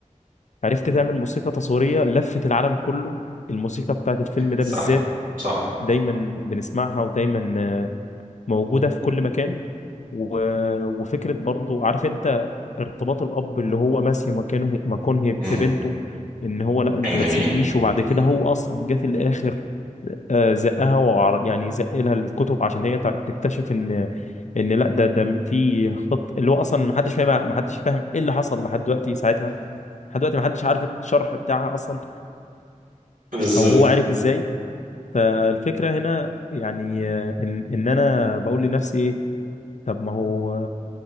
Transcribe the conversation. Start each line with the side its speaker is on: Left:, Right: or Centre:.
Left: عرفت تعمل موسيقى تصويرية لفت العالم كله الموسيقى بتاعت الفيلم ده
Right: صح
Left: بالذات
Right: صح
Left: دايما بنسمعها ودايما موجودة في كل مكان و... وفكرة برضو عارف انت ارتباط الأب اللي هو ماسي مكانه مكانه ببنته
Right: مم.
Left: ان هو لا انت
Right: كان
Left: ما
Right: جميل
Left: تسيبنيش
Right: <laughs>
Left: وبعد كده
Right: مم.
Left: هو اصلا جه في الاخر آه، زقها وعر... يعني زق لها الكتب عشان هي تع- تكتشف ان ان لا ده ده في خط اللي هو اصلا ما حدش فاهم ما حدش فاهم ايه اللي حصل لحد دلوقتي ساعتها لحد دلوقتي ما حدش عارف الشرح بتاعها اصلا
Right: بالظبط
Left: او هو عارف ازاي فالفكرة هنا يعني آه، ان ان انا بقول لنفسي ايه طب ما هو